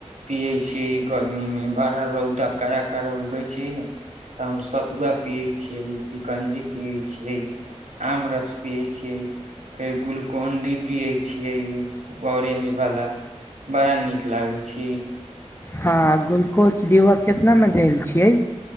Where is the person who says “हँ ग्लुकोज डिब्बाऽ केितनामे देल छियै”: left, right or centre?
Left